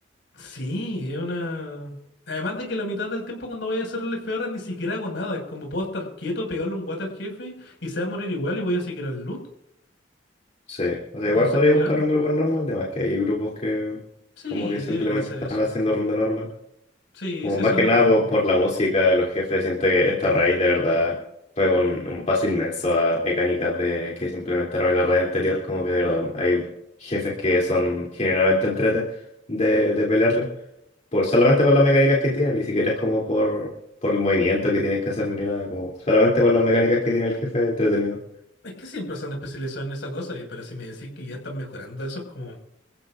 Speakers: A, on the left; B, on the left.
A: Sí, es una... Además de que la mitad del tiempo cuando voy a hacer el F. R. ni siquiera hago nada. Es como puedo estar quieto, pegarle un guate al jefe y se va a morir igual y voy a seguir al loot.
B: Sí, o sea,
A: Entonces,
B: igual podría
A: claro.
B: buscar un grupo normal, además que hay grupos que
A: Sí,
B: como que simplemente
A: debería ser
B: están
A: eso.
B: haciendo ronda normal.
A: Sí,
B: Como
A: sí,
B: más
A: eso
B: que
A: es lo
B: nada
A: típico.
B: por, por la música, los jefes, siento que esta raíz de verdad fue un, un paso inmenso a mecánicas de, que se implementaron en la raid anterior, como que de verdad hay jefes que son genuinamente entrete de, de pelearle, por, solamente por las mecánicas que tienen, ni siquiera es como por, por el movimiento que tienes que hacer ni nada, como solamente por las mecánicas que tiene el jefe es entretenido.
A: Es que siempre se han especializado en esa cosa, y- pero si me decís que ya están mejorando eso es como...